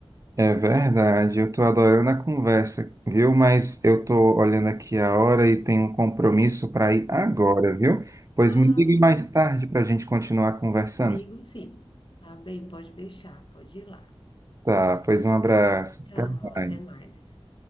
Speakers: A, on the right; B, on the left.
A: É verdade, eu tô adorando a conversa, viu? Mas eu tô olhando aqui a hora e tenho um compromisso para ir agora, viu? Pois
B: Ah,
A: me ligue
B: sim,
A: mais tarde para a gente continuar conversando.
B: ligo sim. Tá bem, pode deixar, pode ir lá.
A: Tá, pois um abraço.
B: Tchau,
A: Até mais.
B: até mais.